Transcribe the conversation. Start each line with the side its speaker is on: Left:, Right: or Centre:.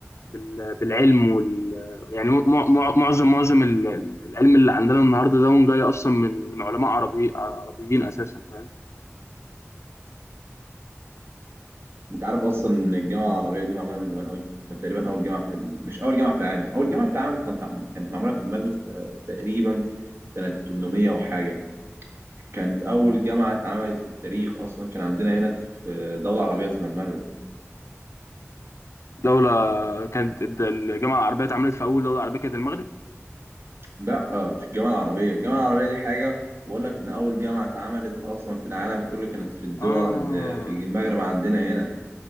Left: بال... بالعلم وال يعني م... م... معظم معظم ال- ال- العلم اللي عندنا النهاردة ده جاي أصلا من من علماء عربي عربيين أساسا فاهم
Right: انت عارف اصلا ان الجامعه العربيه دي معموله من زمان قوي تقريبا اول جامعه في ال... مش اول جامعه في العالم اول جامعه في العالم كانت كانت معموله في المغرب ت- تقريبا سنه 800 وحاجه كانت اول جامعه اتعملت في التاريخ اصلا كان عندنا هنا في دوله عربيه اسمها المغرب
Left: دولة كانت الد- الجامعة العربية اتعملت في أول دولة عربية كانت المغرب
Right: لا آه، مش الجامعه العربيه الجامعه العربيه دي حاجه بقول لك ان اول جامعه اتعملت اصلا في العالم كله كانت في الدول
Left: آه
Right: في المغرب عندنا هنا